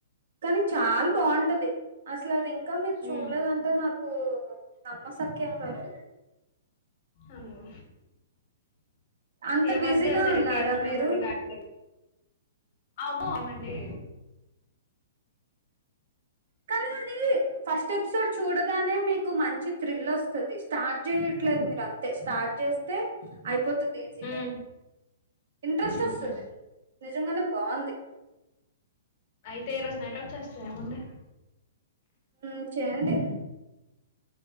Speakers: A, on the right; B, on the left.
A: కాని చాల బాగుంటది అసలు అది ఇంకా మీరు
B: మ్మ్.
A: చూడలేదంటే నాకు నమ్మశ క్యంగా లేదు
B: అమ్మో
A: అంత
B: ఈ మధ్య
A: బిజీగా
B: సరిగ్గా
A: ఉన్నారా
B: ఏం చూడబుధికట్లేదు
A: మీరు
B: అమ్మో ఎమండి
A: కానీ అదీ ఫస్ట్ ఎపిసోడ్ చూడగానే మి కు మంచి త్రిల్ వస్తాది స్టార్ట్ చేయట్లేదు మీరంతే స్టార్ట్ చేస్తే అయిపో తాది ఈజీగా
B: ఉమ్,
A: ఇంట్రెస్ట్
B: ఉహు.
A: వస్తాది నిజంగానే బావుంది
B: అయితే ఈరోజు నైట్ అవుట్ చేస్తా ఏముంది
A: ఉం చేయండి